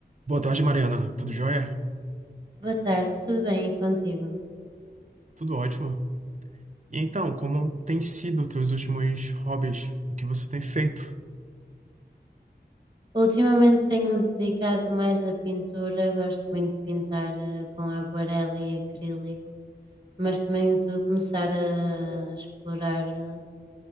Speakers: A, on the right (about 40°); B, on the right (about 25°).
A: Boa tarde, Mariana. Tudo jóia?
B: Boa tarde, tudo bem e contigo?
A: Tudo ótimo. E então, como tem sido teus últimos hobbies? O que você tem feito?
B: Ultimamente tenho-me dedicado mais à pintura, gosto muito de pintar eh, com aguarela e acrílico, mas também estou a começar a explorar eh,